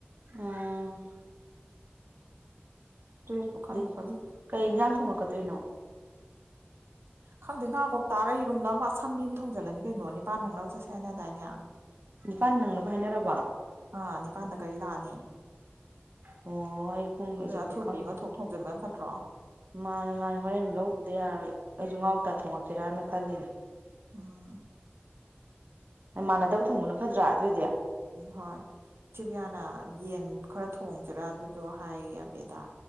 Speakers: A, on the right; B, on the right.
A: ꯎꯝ
B: ꯗ꯭ꯔꯦꯁꯄꯨ ꯈꯟꯕꯨ
A: ꯑꯗꯩ
B: ꯈꯜꯂꯨꯗꯦ
A: ꯀꯩ ꯏꯟꯖꯥꯡ ꯊꯣꯡꯉꯛꯀꯥ ꯗꯣꯏꯅꯣ
B: ꯈꯪꯗꯦ ꯉꯥ-ꯀꯧꯇꯥꯥꯔ ꯌꯦꯟꯔꯨꯝꯂ ꯑꯃ ꯑꯁꯝꯕꯤ ꯑꯃ ꯊꯣꯡꯖꯤꯜꯂꯅꯤ ꯀꯩꯅꯣ ꯅꯤꯄꯥꯟ ꯅꯪꯅꯕ ꯆꯠꯁꯦ ꯍꯥꯏꯅꯗꯥꯏꯅꯦ
A: ꯅꯤꯄꯥꯟ ꯅꯪꯅꯕ ꯍꯥꯏꯅꯔꯕꯣ
B: ꯑꯥ ꯅꯤꯄꯥꯟꯗ ꯒꯥꯔꯤ ꯂꯥꯛꯑꯅꯤ
A: ꯑꯣ ꯑꯩ ꯄꯨꯡ
B: ꯑꯗꯨ
A: ꯑꯦꯛꯖꯦꯛꯇꯣ
B: ꯑꯊꯨꯕꯤ ꯑꯃ ꯊꯣꯛ ꯊꯣꯡꯖꯤꯟꯕꯅ ꯐꯠꯇ꯭ꯔꯣ
A: ꯃꯥꯅꯤ ꯃꯥꯅꯤ ꯍꯣꯔꯦꯟ ꯂꯧꯔꯨꯗ ꯌꯥꯔꯣꯏ ꯑꯩꯁꯨ ꯉꯥ-ꯀꯧꯇꯥ ꯊꯣꯡꯉꯛꯁꯤꯔꯅ ꯈꯜꯂꯤꯅꯦ
B: <inaudible>
A: ꯃꯥꯟꯅꯗꯕ ꯊꯣꯡꯕꯅ ꯐꯠꯇ꯭ꯔꯥ ꯑꯗꯨ ꯑꯣꯏꯗꯤ
B: ꯎꯝ ꯍꯣꯏ ꯆꯦ <unintelligible> ꯌꯥꯅ ꯌꯦꯟ ꯈꯔ ꯊꯣꯡꯁꯤꯔꯥ ꯑꯗꯨꯗꯣ ꯍꯥꯏ ꯑꯕꯦꯗꯥ